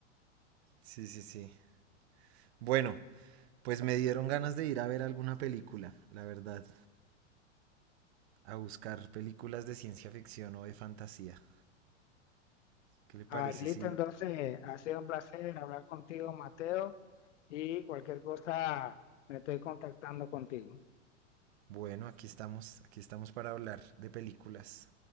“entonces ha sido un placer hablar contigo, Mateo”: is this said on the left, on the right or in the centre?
Left